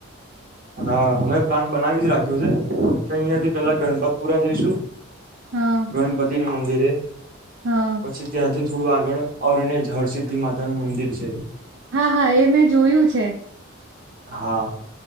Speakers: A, on the right (about 45°); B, on the right (about 60°).
A: હા અમે પ્લાન બનાવી જ રાખ્યું છે અહંયા થી પેલા ગણપતપુરા જઈશુ
B: હા
A: ગણપતિ ના મંદિરે
B: હા
A: પછી ત્યાંથી થોડું આગળ ઓરનેજ હરસિદ્ધિ માતા નું મંદિર છે
B: હા હા એ મેં જોયું છે
A: હા